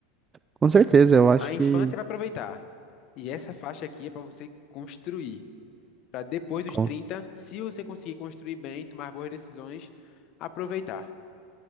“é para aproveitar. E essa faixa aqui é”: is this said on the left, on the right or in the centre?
Left